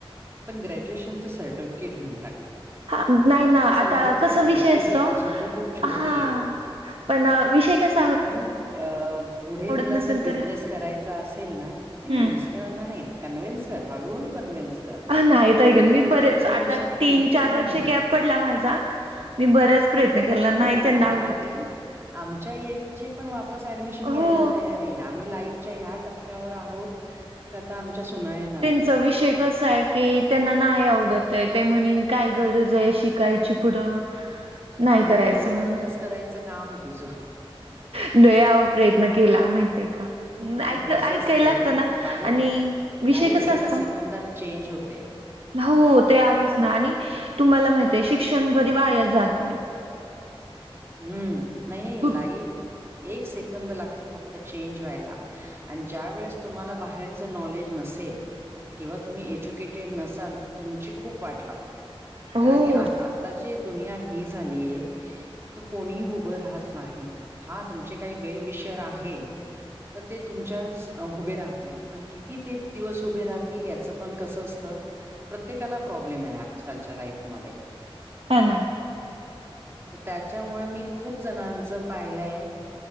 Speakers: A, on the right; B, on the right.
A: पण ग्रॅज्युएशन च सर्टिफिकेट घेऊन टाक.
B: हा! नाही ना, आता
A: तसं लाईफ
B: कसं
A: खूप
B: विषय
A: मोठी
B: असतो.
A: आहे अजून तू खूप छोटी
B: हा!
A: आहे.
B: पण, विषय कसं
A: पण, पुढे तुला
B: नसेल
A: जर बिझनेस
B: तर
A: करायचा असेल ना हे
B: हम्म
A: नाही नाही. कन्वेंस कर, हळहळू कन्वेंस कर
B: अ, नाहीत ऐकत
A: प्रत्येक
B: मी
A: गोष्ट
B: बरेच
A: एका
B: आता
A: दिवसात कोणतीच
B: तीन चार
A: नाही
B: वर्ष
A: होत.
B: गॅप पडला माझा मी बराच प्रयत्न केला
A: होऊ
B: नाही
A: दे ना,
B: त्यांना आवडत
A: अरे आमच्या येज चे पण ऍडमिशन घ्यायला
B: हो
A: तयार आहे आम्ही लाईफच्या ह्या टप्प्यावर आहोत किं आता आमच्या सुना येणार
B: चं विषय कसा आहे की त्यांना नाही आवडत आहे ते म्हणे काय गरज आहे शिकायची पुढं <unintelligible>
A: हळूहळू
B: करायचं
A: कन्व्हहेन्स
B: म्हणून
A: करायचं काम आहे तुझं
B: लय आओ प्रयत्न केला माहित आहे का
A: नाही
B: ऐक ऐकायला
A: कसं असतं
B: लागतं ना
A: लाईफ
B: आणि विषय
A: लाईफ
B: कसा
A: एका
B: असतो
A: सेकंदात चेंज होते.
B: हो ते आहेच ना आणि तुम्हाला माहीतीय शिक्षण कधी वाया जात नाही
A: हम्म नाही नाही
B: कुठ
A: लाईफ एक सेकंद लागतो फक्त चेंज व्हायला आणि ज्या वेळेस तुम्हाला बाहेरच नॉलेज नसेल किंवा तुम्ही एज्युकेटेड नसाल तर तुमची खूप वाट लागते
B: हो.
A: आणि आत्ताची दुनिया ही झालीय कोणीही उभं राहत नाही हा तुमचे काही वेल विषर आहे तर ते तुमच्या उभे राहतील पण किती ते दिवस उभे राहतील याचं पण कसं असतं प्रत्येकाला प्रॉब्लेम आहे आजकालच्या लाईफमध्ये
B: हा ना
A: तर त्याच्यामुळे मी खूप जणांचं पाहिलंय